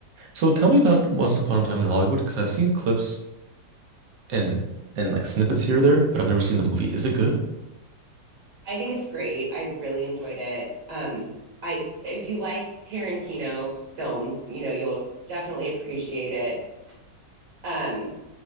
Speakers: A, on the right; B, on the right.
A: So tell me about Once Upon a Time in Hollywood, because I've seen clips and and like snippets here or there, but I've never seen the movie. Is it good?
B: I think it's great. I really enjoyed it. Um, I if you like Tarantino films, you know, you'll definitely appreciate it. Um,